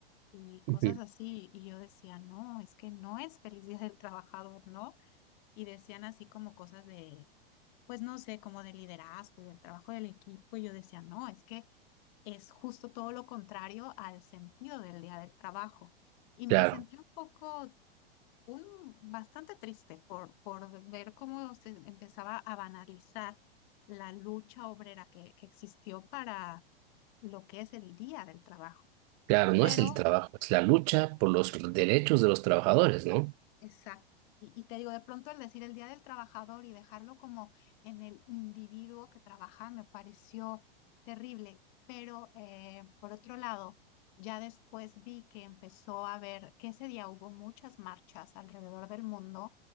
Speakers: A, on the left; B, on the right.
A: y cosas
B: ujú.
A: así. Y yo decía, no, es que no es feliz Día del Trabajador, ¿no? Y decían así como cosas de, pues no sé, como de liderazgo y del trabajo del equipo. Y yo decía, no, es que es justo todo lo contrario al sentido del día del trabajo. Y me
B: Claro,
A: sentí un poco, un, bastante triste por, por ver cómo se empezaba a banalizar la lucha obrera que, que existió para lo que es el día del trabajo.
B: claro, no
A: Pero
B: es el trabajo, es la lucha por los derechos de los trabajadores, ¿no?
A: Exacto. Y, y te digo, de pronto al decir el Día del Trabajador y dejarlo como en el individuo que trabaja me pareció terrible, pero eh, por otro lado, ya después vi que empezó a ver que ese día hubo muchas marchas alrededor del mundo